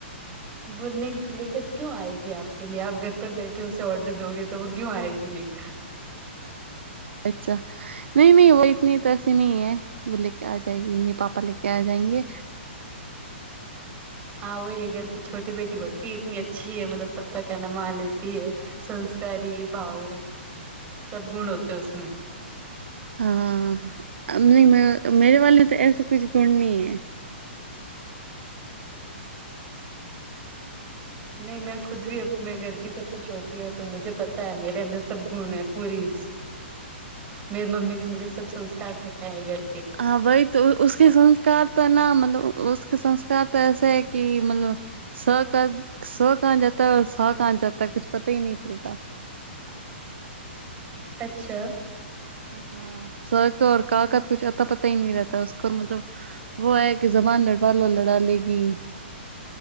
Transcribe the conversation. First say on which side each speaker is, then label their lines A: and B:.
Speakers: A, on the right; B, on the right.
A: બોરને કો લેકર ક્યું આયગી આપ કે લીયે આપ ઘર પર બેઠે ઉસે ઓર્ડર દોગે તો ક્યુું આયગી લેક
B: અચ્છા નહી નહીં વો એતની તો એસી નહિ હે વો લેકર આ જાયગી ની પાપ પા લેકે જાયંગે
A: હા વહી ઘર કે છોટી બેટી હોતી એતની અચ્છી હૈ મતલબ સબ ક કેના માન લેતી હૈ સંસ્કારી ભાવુક સબ ગુણ હોતે ઉસમે
B: હા હા અમની મે મેરે વાલી તો એસ કુછ ગુણ નહી એ.
A: નહી મેં ખુદ ભી આપને ઘરની સબસે છોટી હું તો મુજે પતા હૈ મેરે અંદર સબ ગુણ પૂરી
B: <unintelligible>
A: મેરી મમ્મીને મુજે સબ સંસ્કાર સીખાયા ઘર
B: હા વહી તો ઉસ્કે સંસ્કાર તો ના મતલબ કે સંસ્કાર તો એસે હૈ કે મતલબ સ કા સો કહા જાતા સો કા જાતા હે કુછ પતા નહીં ચલતા
A: અચ્છા
B: હા સવર કા ઓર કાકા તો કુછ અતા પતા હી નહી રહેતા ઉસકો મતલબ વહ કે જબાન લડવા લો લડા લેગી